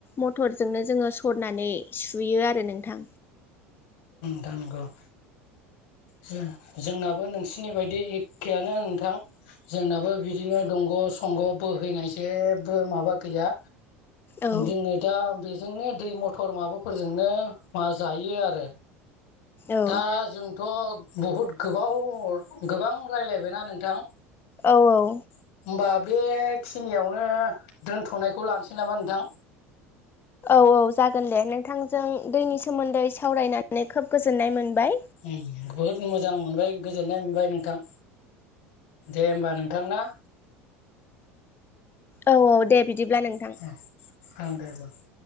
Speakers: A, on the left; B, on the left.
A: मथरजोंनो जोङो सरनानै सुयो आरो नों थां।
B: दा नंगौ। जों-जोंनाबो नोंसिनि बायदि एखेयानो नोंथां। जोंनाबो बिदिनो दंग' संग' बोहैनाय जेबो माबा गैया
A: औ
B: जों दा जोंनो दै मथर माबाफोरजोंनो मा जायो आरो
A: औ
B: दा जोंथ' बहुद गोबाव गोबां रायलायबायना नोंथां।
A: औ औ
B: होमबा बेखिनियावनो दोनथ'नायखौ लानोसै नामा नोंथां।
A: औ औ जागोन दे नोंथांजों दैनि सोमोन्दै सावरायनानै खोब गोजोननाय मोनबाय
B: उम बहुद मोजां मोनबाय गोजोननाय मोनबाय नोंथां। दे होमबा नोंथांना
A: औ औ दे बिदिब्ला
B: <unintelligible>
A: नोंथां